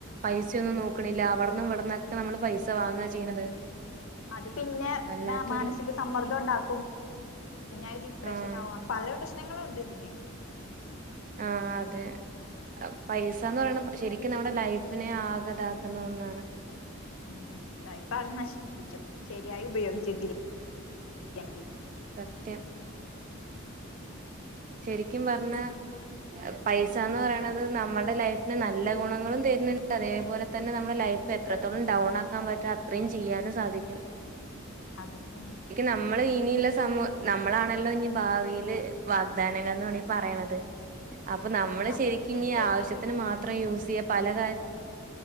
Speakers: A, on the right; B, on the left.
A: പൈസൊന്നും നോക്കണില്ല അവിട്ന്നും ഇവിടന്നൊക്കെ നമ്മള് പൈസ വാങ്ങ ചെയ്യണത്
B: അത് പിന്നെ
A: വല്ലാത്തൊരു
B: മാനസിക സമ്മർ തം ഇണ്ടാക്കും പിന്നെ അത് ഡിപ്രഷനാവും
A: ആഹ്
B: അ പല പ്രശ്നങ്ങളും ഉണ്ട് ഇതിന്
A: ആഹ് അതെ പൈസാന്ന് പറയണ് ശരിക്കും നമ്മുടെ ലൈഫിനെ ആഗതാക്കുന്ന ഒന്നാണ്.
B: ഉം ലൈഫാകെ നശിപ്പിക്കും ശരിയായി ഉപയോഗിച്ചിട്ടല്ലെങ്കി
A: സത്യം ശരിക്കും പറഞ്ഞ പൈസാന്ന് പറയണത് നമ്മുടെ ലൈഫിന് നല്ല ഗുണങ്ങളും തരുന്ന്ണ്ട് അതേപോലെ തന്നെ നമ്മുടെ ലൈ പ്പ
B: ചിത്തതുണ്ട്
A: എത്രത്തോളം ഡൗൺ ആക്കാൻ പറ്റാ അത്രയും ചെയ്യാനും സാധിക്കും
B: അതന്നേണ്
A: നമ്മളെ ഇനിയുള്ള സമൂ നമ്മളാണല്ലോ ഇഞ് ഭാവീല് വ ഗ് ദാനങ്ങ ൾ വേനങ്ങനെണി പറയ്ണത് അപ്പൊ നമ്മള്
B: നമ്മളെങ്കിലും
A: ശരിക്കും
B: സേവ്
A: ആവശ്യത്തിന്
B: ചെയ്ത് വെക്കും.
A: മാത്രം യൂസിയ്യ പല കാ